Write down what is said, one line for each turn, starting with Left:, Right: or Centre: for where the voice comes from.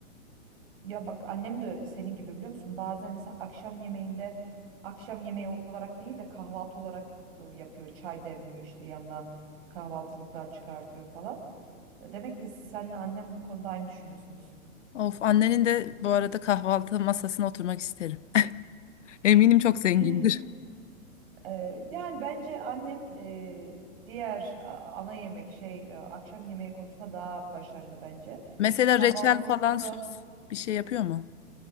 Right: Ya bak annem de senin gibi biliyor musun? Bazen mesela akşam yemeğinde akşam yemeği olarak değil de kahvaltı olarak e, yapıyor. Çay demliyor işte yanına kahvaltılıklar çıkartıyor falan. E, Demek ki senle annem bu konuda aynı düşünüyorsunuz.
Left: Of annenin de bu arada kahvaltı masasına oturmak isterim. <laughs> Eminim çok zengindir.
Right: <gasps> Ee, yani bence annem e, diğer a- ana yemek şey e, akşam yemeği konusunda daha başarılı bence.
Left: Mesela
Right: Kahvaltı
Left: reçel
Right: konusunda
Left: falan sos bir şey yapıyor mu?